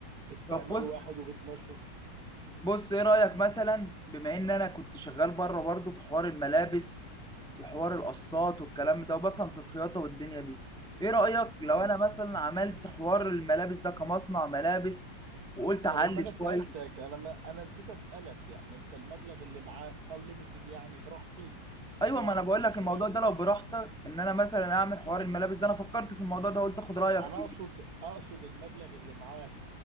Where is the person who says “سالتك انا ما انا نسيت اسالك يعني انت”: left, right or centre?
Right